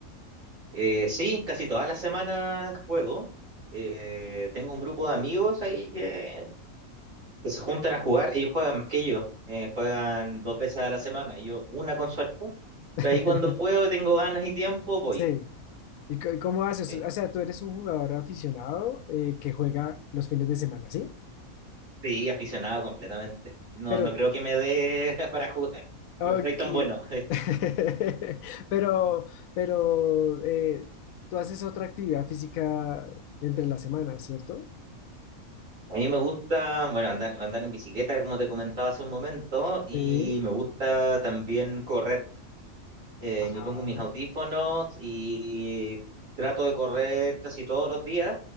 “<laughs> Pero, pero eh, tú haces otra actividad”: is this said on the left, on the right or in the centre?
Left